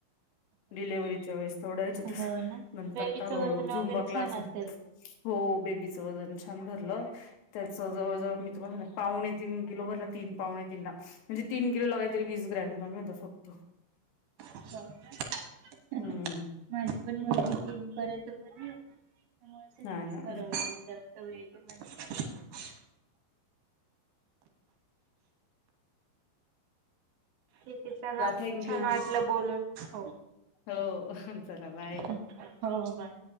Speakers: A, on the left; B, on the right.
A: डिलेव्हरीच्या वेळेस थोड्याच्या तस
B: हो ना.
A: नंतरता
B: बेबीचं
A: हळू
B: वजन
A: हळू
B: वगैरे
A: झूमबा क्लास.
B: छान असेल.
A: हो बेबीचं वजन छान भरलं त्याच जवळ जवळ मी तुम्हाला. पाहणे तीन किलो भरला तीन पाहुणे तीन ला म्हणजे तीन किलो लागाय तरी वीस ग्रॅम कमी होता फक्त.
B: हो का
A: हम्म
B: माझी पण मुलगी तीन पर्यंत भरली होती. जावस
A: हा ना
B: जास्त वेळ पण. <inaudible> एक. की चला
A: थँंक
B: छान
A: यू
B: वाटलं बोलून हो.
A: हो चला बाय
B: हो बाय.